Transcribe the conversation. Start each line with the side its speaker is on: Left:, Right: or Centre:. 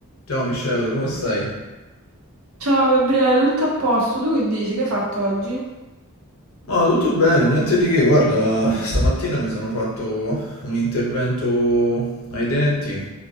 Left: Ciao Michelle, come stai?
Right: Ciao Gabriele, tutto a posto? Tu che dici? Che hai fatto oggi?
Left: Ma tutto bene, niente di che. Guarda, stamattina mi sono fatto un intervento ai denti